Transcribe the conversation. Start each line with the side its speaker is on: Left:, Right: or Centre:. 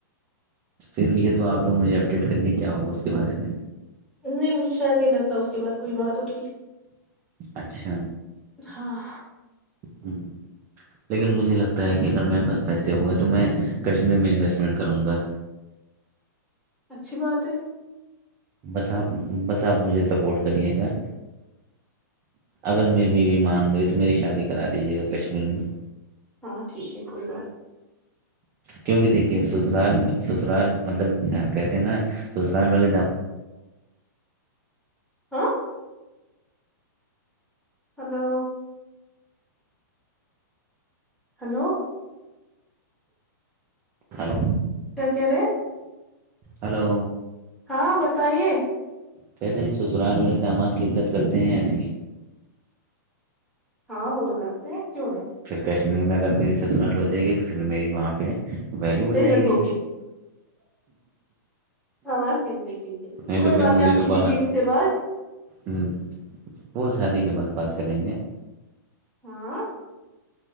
Right: پھر یہ تو آپ لوگ مجھے اپڈیٹ کریے کیا ہوگا اس کے بارے میں
Centre: نہیں مجھے شاید نہیں لگتا اس کے بعد کوئی بات اٹھی
Right: اچھا
Centre: ہاں
Right: ہ لیکن مجھے لگتا ہے کہ اگر میرے پاس پیسے ہوئے تو میں کشمیر میں انویسٹمنٹ کروں گا
Centre: اچھی بات ہے
Right: بس آپ بس آپ مجھے سپورٹ کریے گا اگر میری بیوی مان گئی تو میری شادی کرا دیجیے گا کشمیر میں
Centre: ہاں ٹھیک ہے کوئی بات
Right: کیونکہ دیکھیے سسرال میں سسرال مطلب کہتے ہیں نا سسرال والے دام
Centre: ہاں ہلو ہلو
Right: ہلو
Centre: کیا کہہ رہے
Right: ہلو
Centre: ہاں بتائیے
Right: کہہلیں سسرال والے اقدامات کی عزت کرتے ہیں یا نہیں
Centre: ہاں وہ تو کرتے ہیں کیوں نہیں
Right: پھر کشمیر میں اگر میری سسرال ہو جائے گی تو پھر میری وہاں پہ ویلو ہو
Centre: عزت
Right: جائے گی
Centre: ہوگی ہاں ٹھیک ہے ٹھیک ہے
Right: نہیں تو
Centre: کوئی
Right: پھر
Centre: بات
Right: مجھے
Centre: آپ
Right: تو
Centre: کیجیے
Right: باہر
Centre: بیوی سے بات
Right: ہوں بہت شادی کے بعد بات کریں گے
Centre: ہاں